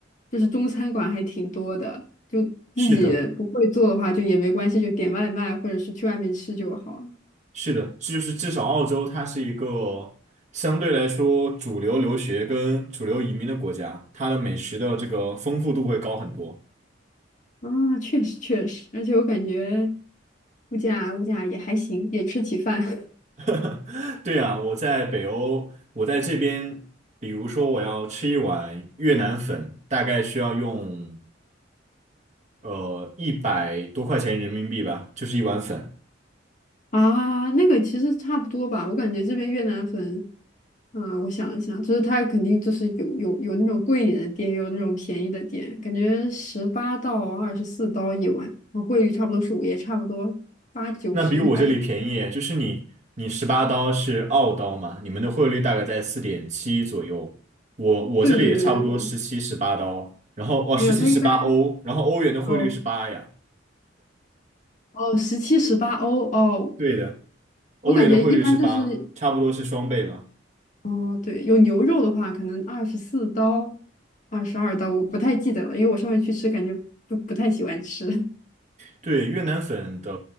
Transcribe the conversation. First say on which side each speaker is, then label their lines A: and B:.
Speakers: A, on the left; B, on the right.
A: 就是中餐馆还挺多的，就自己不会做的话就也没关系，
B: 是的，
A: 就点外卖或者是去外面吃就好。
B: 是的，就是至少澳洲它是一个相对来说主流留学跟主流移民的国家，它的美食的这个丰富度会高很多。
A: 啊，确实确实，而且我感觉物价物价也还行，也吃起饭。
B: <laughs> 对啊，我在北欧，我在这边，比如说我要吃一碗越南粉，大概需要用呃一百多块钱人民币吧，就是一碗粉。
A: 啊，那个其实差不多吧，我感觉这边越南粉，啊、我想一想，就是它肯定就是有有有那种贵一点的店，也有那种便宜的店，感觉十八到二十四刀一碗，然后汇率差不多是五，也差不多八九十一百。
B: 那比我这里便宜，就是你你十八刀是澳刀嘛，你们的汇率大概在四点七左右，我我这里也差不多十七十八刀，
A: 对对对对对，
B: 然后哦十七十八欧，
A: 没有，它一般
B: 然后欧元的汇率是八呀，
A: 哦哦十七十八欧哦，
B: 对的，欧元的汇率是八，
A: 我感觉一般就是
B: 差不多是双倍吧。
A: 哦对，有牛肉的话可能二十四刀、二十二刀，我不太记得了，因为我上回去吃感觉不不太喜欢吃。
B: 对，越南粉的